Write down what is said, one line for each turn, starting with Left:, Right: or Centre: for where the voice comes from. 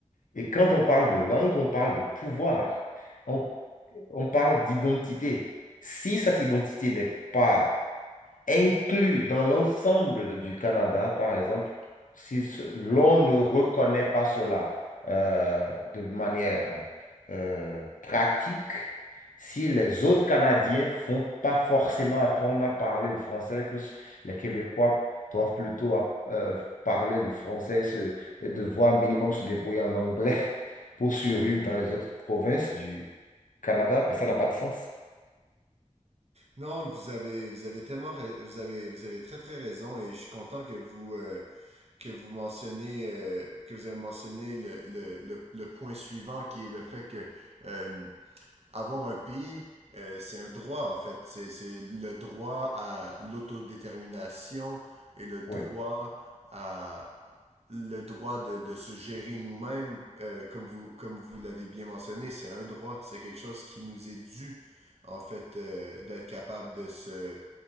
Left: Et quand on parle de langue, on parle de pouvoir. On, on parle d'identité. Si cette identité n'est pas inclus dans l'ensemble du Canada, par exemple, si ce- l'on ne reconnaît pas cela euh, de manière euh, pratique, si les autres Canadiens font pas forcément apprendre à parler le français, que s- les Québécois doivent plutôt app- euh, parler le français se- et devoir minimum se débrouiller en anglais <laughs> pour survivre dans les autres provinces du Canada, mais ça n'a pas de sens.
Right: Non, vous avez vous avez tellement rais- vous avez vous avez très très raison et je suis content que vous euh, que vous mentionnez euh, que vous avez mentionné le, le, le, le point suivant qui est le fait que euh, avoir un pays, euh, c'est un droit en fait. C'est, c'est le droit à l'autodétermination et le droit
Left: Oui.
Right: à le droit de, de se gérer nous-mêmes, euh, comme vous comme vous l'avez bien mentionné, c'est un droit. C'est quelque chose qui nous est dû en fait euh, d'être capable de se